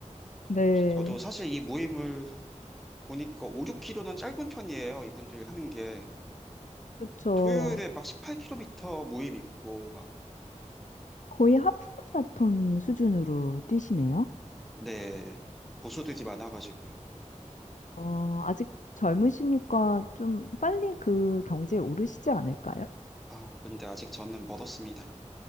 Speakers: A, on the left; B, in the centre.
A: 네,
B: 저도 사실 이 모임을 보니까 5, 6km는 짧은 편이에요. 이분들 하는 게.
A: 그렇죠.
B: 토요일에 막 18km 모임 있고, 막,
A: 거의 하프 마라톤 수준으로 뛰시네요.
B: 네, 고수들이 많아가지고요.
A: 어, 아직 젊으시니까 좀 빨리 그 경지에 오르시지 않을까요?
B: 아, 근데 아직 저는 멀었습니다.